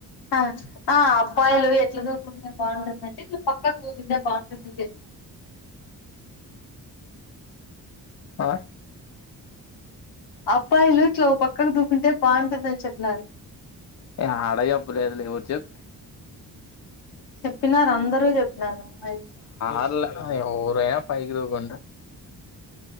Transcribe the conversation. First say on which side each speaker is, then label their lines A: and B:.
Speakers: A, on the left; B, on the left.
A: ఆ ఆ అబ్బాయిలు ఎట్లా దూకుంటే బాగుంటుందంటే ఇలా పక్కకు దూకుంటే బాగుంటుంది
B: ఆ
A: అబ్బాయిలు ఇట్లా ఓ పక్కకు దూకుంటే బాగుంటుందని చెప్పినారు
B: యాడ చెప్పలేదు లే ఉరికే జబ్
A: చెప్పినారు అందరూ చెప్పినారు అమ్మాయిలు
B: ఆళ్ళ అదే ఓరే పైకి తూకుంట